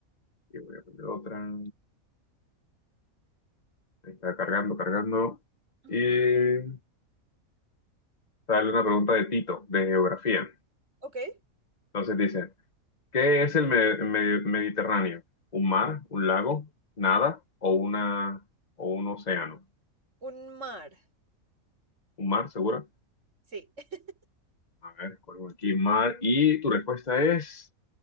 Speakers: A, on the left; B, on the right.
A: Y voy a poner otra. Ahí Está cargando, cargando.
B: Ujú.
A: Y sale una pregunta de Tito, de geografía.
B: Ok.
A: Entonces dice, ¿qué es el me- me- Mediterráneo? ¿Un mar, un lago, nada o una o un océano?
B: Un mar.
A: ¿Un mar, segura?
B: Sí. <laughs>
A: A ver, escogemos aquí mar. Y tu respuesta es...